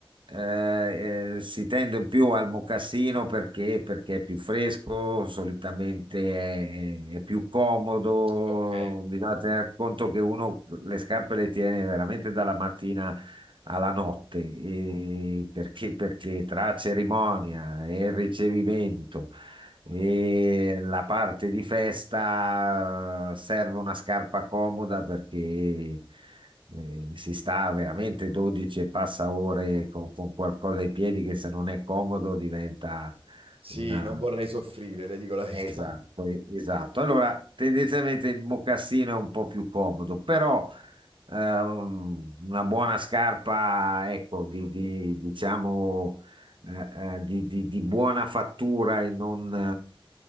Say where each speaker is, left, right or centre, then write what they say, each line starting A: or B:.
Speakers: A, on the right (about 60°); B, on the right (about 75°).
A: eh, eh, si tende più al mocassino perché, perché è più fresco, solitamente è, è più comodo.
B: ok.
A: Bisogna tener conto che uno le scarpe le tiene veramente dalla mattina alla notte, e perché, perché tra cerimonia e ricevimento e la parte di festa eh, serve una scarpa comoda perché eh, si sta veramente 12 e passa ore con, con qualcosa ai piedi che se non è comodo diventa
B: Sì,
A: una,
B: non vorrei soffrire, le dico la verità.
A: Esatto, e- esatto. Allora, tendenzialmente il mocassino è un po' più comodo, però eh, una buona scarpa, ecco, di, di- diciamo, eh, eh, di, di- di buona fattura e non